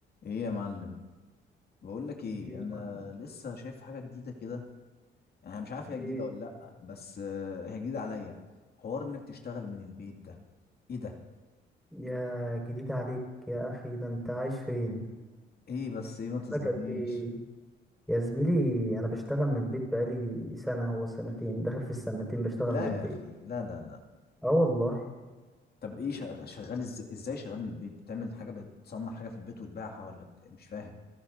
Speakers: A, on the left; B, in the centre.
A: ايه يا معلم بقول لك ايه
B: ايه يا
A: انا
B: معلم
A: لسه شايف حاجه جديده كده انا مش عارف هي
B: ايه
A: جديده ولا لا بس آه، هي جديده عليا حوار انك تشتغل من البيت ده ايه ده
B: يا جديد عليك يا اخي ده انت عايش فين
A: ايه بس ايه ما تصدمنيش
B: بقالك قد ايه يا زميلي انا بشتغل من البيت بقالي سنه هو سنتين داخل في السنتين بشتغل
A: لا
B: من البيت
A: يا اخي لا لا لا
B: اه والله
A: طب ايه شغ- شغال إز- ازاي شغال من البيت بتعمل حاجه بتصنع حاجه في البيت وتبيعها ولا بت... مش فاهم